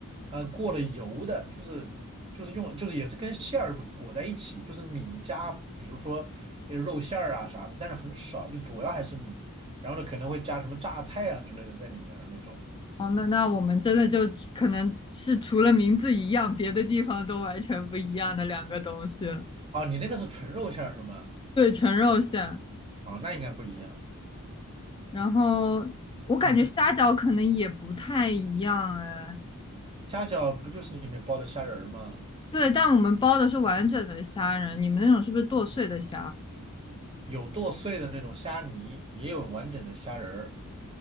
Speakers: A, on the right; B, on the left.
A: 呃过了油的，就是就是用就是也是跟馅儿裹在一起，就是米加比如说呃肉馅儿啊啥的，但是很少，就主要还是米。然后呢，可能会加什么榨菜啊之类的在里面儿那种。
B: 哦，那那我们真的就可能是除了名字一样，别的地方都完全不一样的两个东西了
A: 哦，你那个是纯肉馅儿是吗？
B: 对，纯肉馅。
A: 哦，那应该不一样。
B: 然后我感觉虾饺可能也不太一样哎，
A: 嗯，虾饺不就是里面包的虾仁儿吗？
B: 对，但我们包的是完整的虾仁，你们那种是不是剁碎的虾？
A: 有剁碎的那种虾泥，也有完整的虾仁儿